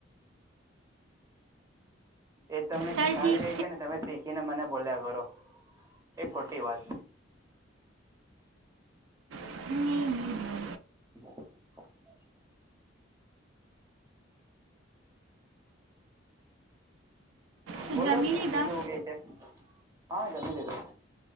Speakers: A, on the right (about 15°); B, on the right (about 85°).
A: એ તમને
B: સર
A: શીખાવી
B: ઠીક
A: રહી છે, ને તમે શીખીને મને બોલ્યા કરો, એ ખોટી વાત
B: નહીં નહીં બ્રો
A: હમ્મ.
B: તું
A: બોલો
B: જમી લીધા
A: બીજું હું કે છે? હા, જમી લીધું.